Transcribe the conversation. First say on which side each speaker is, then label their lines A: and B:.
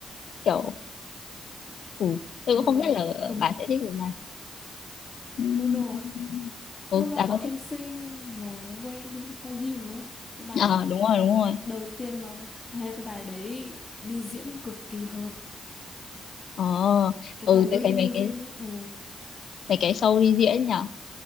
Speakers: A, on the left (about 70°); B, on the left (about 35°).
A: Kiểu ừ, tôi
B: ờ,
A: cũng không biết là
B: cùng
A: bà sẽ thích một bài. Ừm.
B: Mono á
A: Ừ,
B: Mono
A: bà
B: có
A: có
B: Em
A: thích.
B: Xinh này Waiting for You đúng không cái bài
A: Ờ, đúng rồi, đúng rồi.
B: đầu tiên mà hay cái bài đấy đi diễn cực kỳ hợp
A: Ờ
B: cái
A: ừ
B: bài
A: tôi
B: Waiting
A: thấy mấy
B: for
A: cái
B: You ấy ừ.
A: mấy cái show đi diễn nhở